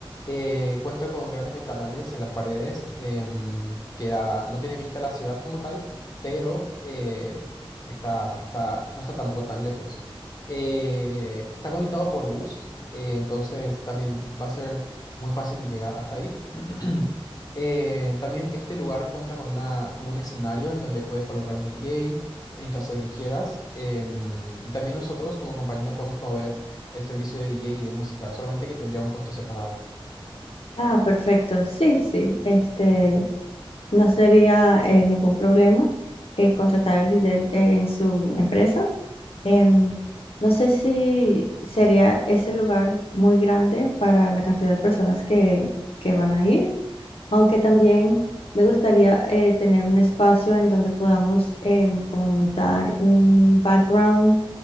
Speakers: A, on the left; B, on the left.
A: Eh, cuenta con grandes ventanales en las paredes, em, que da- no tiene vista a la ciudad como tal pero eh, Está, está, no está tampoco tan lejos. Eh, está conectado por bus, eh, entonces también va a ser muy fácil de llegar hasta ahí. <clears throat> Eh, también este lugar cuenta con una, como un escenario en donde puedes colocar un DJ en caso de que quieras. em, y también nosotros como compañía podemos proveer el servicio de DJ y de música, solamente que tendría un costo separado.
B: Ah, perfecto. Sí, sí. Este, no sería eh, ningún problema eh, contratar al DJ eh, en su empresa. Em, no sé si sería ese lugar muy grande para la cantidad de personas que, que van a ir aunque también me gustaría eh, tener un espacio en donde podamos eh, como montar un background